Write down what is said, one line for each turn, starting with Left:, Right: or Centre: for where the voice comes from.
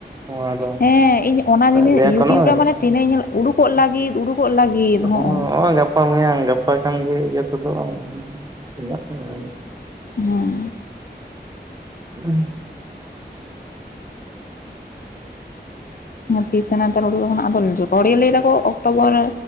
Right: ᱱᱚᱣᱟ ᱫᱚ
Left: ᱦᱮᱸ ᱤᱧ ᱚᱱᱟ ᱡᱤᱱᱤᱥ
Right: ᱞᱟᱹᱭᱟᱠᱚ
Left: ᱤᱭᱩᱴᱤᱭᱩᱵᱽ
Right: ᱱᱚᱜᱼᱚᱭ
Left: ᱨᱮ ᱢᱟᱱᱮ ᱛᱤᱱᱟᱹᱜ ᱤᱧ ᱧᱮᱞ ᱩᱰᱩᱠᱚᱜ ᱞᱟᱹᱜᱤᱫ ᱩᱰᱩᱠᱚᱜ ᱞᱟᱹᱜᱤᱫ
Right: ᱦᱚᱜᱼᱚᱭ
Left: ᱦᱚᱸᱜᱼᱚ
Right: ᱜᱟᱯᱟ ᱢᱮᱭᱟᱝ ᱜᱟᱯᱟ ᱠᱷᱟᱱ ᱜᱮ ᱡᱷᱚᱛᱚ ᱛᱚᱫᱚᱜ-ᱟ <unintelligible>
Left: ᱦᱚᱸ
Right: <inaudible>
Left: ᱛᱤᱥ ᱥᱮᱱᱟᱜ ᱛᱮ ᱳᱰᱳᱜᱚᱜ ᱠᱟᱱᱟ ᱟᱫᱚ ᱡᱚᱛᱚ ᱦᱚᱲ ᱜᱮ ᱞᱟᱹᱭ ᱫᱟᱠᱚ ᱚᱠᱴᱳᱵᱚᱨ